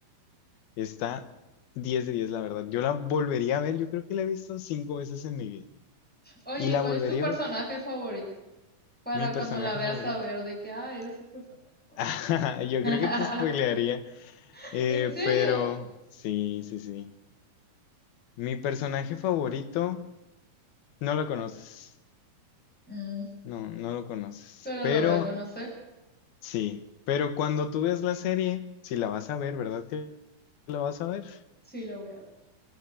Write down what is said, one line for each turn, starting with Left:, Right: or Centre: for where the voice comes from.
Left: está diez de diez la verdad. Yo la volvería a ver, yo creo que la he visto cinco veces en mi vida.
Centre: Oye,
Left: Y la
Centre: ¿y cuál
Left: volvería
Centre: es tu personaje
Left: a ver,
Centre: favorito? Para
Left: mi personaje
Centre: cuando la veas
Left: favorito.
Centre: saber de que, ah, eres un personaje favorito.
Left: <laughs> Yo
Centre: <laughs>
Left: creo que te spoilearía Eh,
Centre: ¿En serio?
Left: pero sí, sí, sí. Mi personaje favorito, no lo conoces.
Centre: Mm,
Left: No, no lo conoces.
Centre: pero
Left: Pero
Centre: la voy a conocer.
Left: sí, pero cuando tú ves la serie, si la vas a ver, ¿verdad que la vas a ver?
Centre: Sí, la voy a ver.